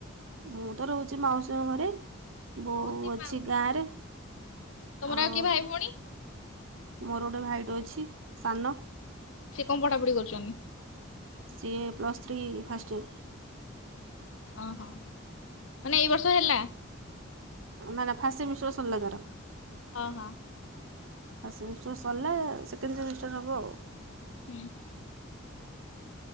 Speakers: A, on the right (about 70°); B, on the left (about 75°).
A: ମୁଁ ତ ରହୁଛି ମାଉସୀଙ୍କ ଘରେ। ବୋଉ
B: ହଁ ସେ
A: ଅଛି
B: ମାଉସୀ
A: ଗାଁରେ
B: ବି ତମର
A: ଆଉ
B: କିଏ ଭାଇ ଭଉଣୀ
A: ମୋର ଗୋଟେ ଭାଇଟେ ଅଛି ସାନ।
B: ସେ କଣ ପଢାପଢି କରୁଛନ୍ତି?
A: ସିଏ ପ୍ଲସ୍ ଥ୍ରୀ ଫାଷ୍ଟ ୟର।
B: ଓହୋ ମାନେ ଏଇ ବର୍ଷ ହେଲା?
A: ନା ନା ଫାଷ୍ଟ ସେମିଷ୍ଟର ସରିଲା ତାର।
B: ଓହୋ।
A: ଫାଷ୍ଟ ସେମିଷ୍ଟର ସରିଲା ସେକେଣ୍ଡ ସେମିଷ୍ଟର ହବ ଆଉ।
B: ହୁଁ।